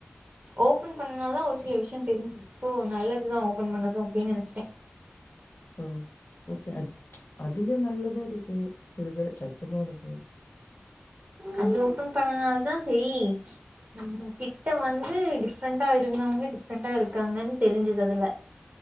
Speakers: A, on the right; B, on the left.
A: ஓபன் பண்ணாதா ஒரு சில விஷய தெரி சோ நல்லதுதா ஓபன் பண்ணது அப்டின்னு நனச்சிட்டே
B: ம் ஓகே அது அதுல நல்லது இருக்கு சிலதுல கெட்டது இருக்கு ம்
A: அது ஓபன் பண்ணனால தா சரி நம்ப கிட்ட வந்து டிஃப்ரெண்டா இருந்தவங்க டிஃப்ரெண்டா இருக்காங்கன்னு தெரிஞ்சது அதுல